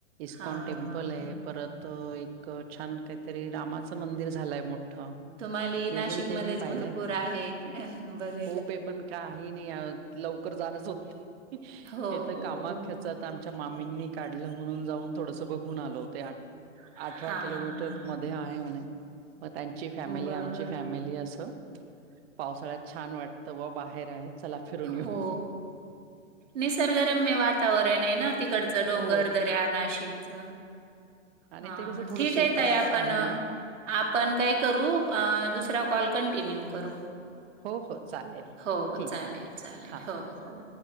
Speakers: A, on the right; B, on the right.
A: इस्कॉन
B: हां.
A: टेम्पल आहे परत एक छान काहीतरी रामाचं मंदिर झालंय मोठं.
B: तुम्हाली
A: मी
B: नाशिकमध्येच
A: अजून ते नाही पाहिलंय
B: भरपूर आहे. बघा
A: खूप आहे पण काही नाही. लवकर जाणच होत नाही.
B: हो,
A: हे तर कामाख्याच
B: हो.
A: आता आमच्या मामींनी काढलं म्हणून जाऊन थोडसं बघून आलं होतो.
B: हां,
A: आ ठरा किलोमीटर
B: हां, हां.
A: मध्ये आहे म्हणे, मग त्यांची फॅमिली,
B: बरं.
A: आमची फॅमिली असं पावसाळ्यात छान वाटतं बॉ बाहेर आहे चला फिरून येऊ.
B: हो. निसर्गरम्य वातावरण आहे ना तिकडचं डोंगर,
A: हो
B: दऱ्या नाशिक च.
A: आणि
B: हा
A: ते कसं थोडं
B: ठीक
A: शेतात
B: आहे ताई आपण
A: आहे ना.
B: आपण काय करू, अं दुसरा कॉल कंटिन्यू करू.
A: हो हो. चालेल
B: हो हो,
A: ठीक
B: चालेल
A: आहे.
B: चालेल.
A: हां.
B: हो हो.